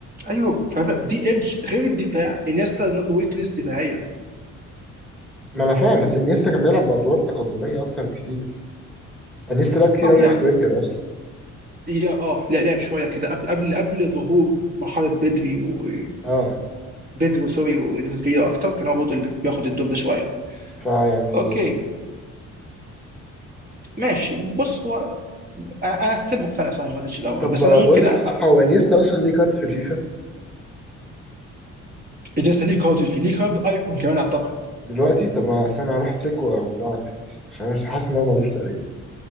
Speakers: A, on the right; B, in the centre.
A: ايوه فب- دي ايدج غير الدفاع انيستا ويكنس دفاعيا
B: ما انا فاهم بس انيستا كان بيلعب بادوار تقدميه اكتر بكتير انيستا لعب كتير
A: اه
B: قوي
A: يا
B: ليفت وينجر اصلا
A: يا اه لا لعب شويه كده قبل قبل قبل ظهور مرحله بدري و
B: اه
A: بيدرو سوري وديفيد فيا اكتر كان هو برضه اللي بياخد الدور ده شويه
B: فيعني
A: اوكي ماشي بص هو انا ستيل مقتنع صحيح مودريتش الاول
B: طب
A: بس
B: بقول
A: انا ممكن
B: لك صح
A: أ-
B: هو انيستا اصلا ليه كارت في الفيفا
A: بالنسبه لي كارد في ليه كارد ايكون كمان اعتقد
B: دلوقتي طب ما أصل انا هروح اترك وارجع لك تاني عشان انا مش حاسس ان هو ملوش تقريبا